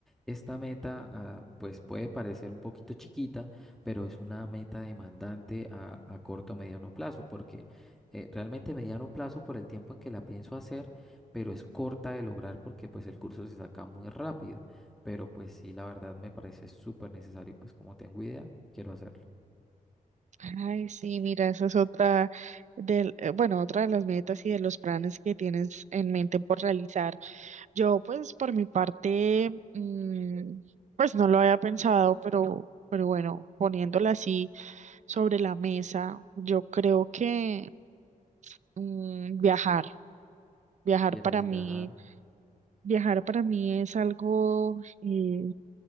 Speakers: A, in the centre; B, on the right (about 55°).
A: esta meta ah, pues puede parecer un poquito chiquita, pero es una meta demandante a, a corto mediano plazo, porque eh, realmente mediano plazo por el tiempo en que la pienso hacer, pero es corta de lograr porque pues el curso se saca muy rápido, pero pues sí, la verdad me parece súper necesario, pues como tengo idea, quiero hacerlo.
B: Ay, sí, mira, esa es otra del, eh, bueno, otra de las metas y de los planes que tienes en mente por realizar. Yo, pues, por mi parte, mm, pues no lo había pensado, pero, pero bueno, poniéndola así sobre la mesa, yo creo que mm, viajar, viajar
A: ¿Quieres
B: para mí,
A: viajar?
B: viajar para mí es algo eh,